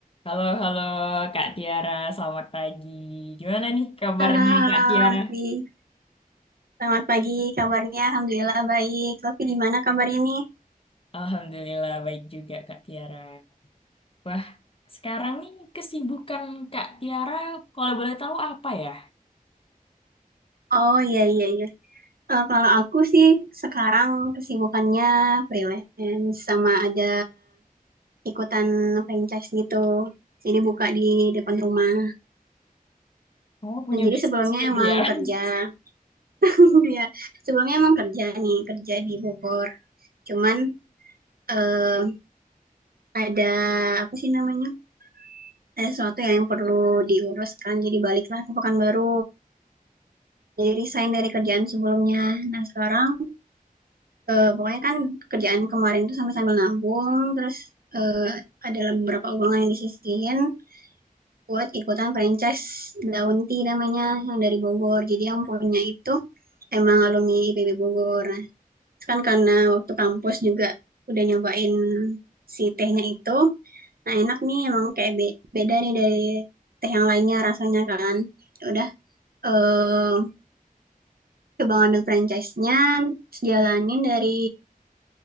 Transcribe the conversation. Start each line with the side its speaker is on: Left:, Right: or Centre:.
Left: Halo, halo Kak Tiara, selamat pagi. Gimana nih kabarnya
Right: Halo, halo,
Left: Kak Tiara?
Right: Lofi. Selamat pagi, kabarnya Alhamdulillah baik. Lofi, gimana kabarnya nih?
Left: Alhamdulillah baik juga Kak Tiara. Wah, sekarang nih kesibukan Kak Tiara kalau boleh tahu apa ya?
Right: Oh, iya, iya, iya. Eh, kalau aku sih sekarang kesibukannya freelance sama ada ikutan franchise gitu. Jadi buka di depan rumah.
Left: Oh, punya
Right: Nah, jadi
Left: bisnis
Right: sebelumnya
Left: berarti
Right: emang
Left: ya? <laughs>
Right: kerja. <laughs> Ya, sebelumnya emang kerja nih, kerja di Bogor. Cuman eh ada apa sih namanya? Ada sesuatu yang perlu diuruskan. Jadi baliklah ke Pekanbaru. jadi resign dari kerjaan sebelumnya. Nah sekarang eh, pokoknya kan kerjaan kemarin tuh sambil-sambil nabung, terus eh, ada beberapa uang yang disisihin buat ikutan franchise Daun Tea namanya yang dari Bogor. Jadi yang punya itu emang alumni IPB Bogor. Nah, itu kan karena waktu kampus juga udah nyobain si tehnya itu. Nah enak nih emang kayak be- beda nih dari teh yang lainnya rasanya kan. Ya udah eh, coba ngambil franchise-nya, terus jalanin dari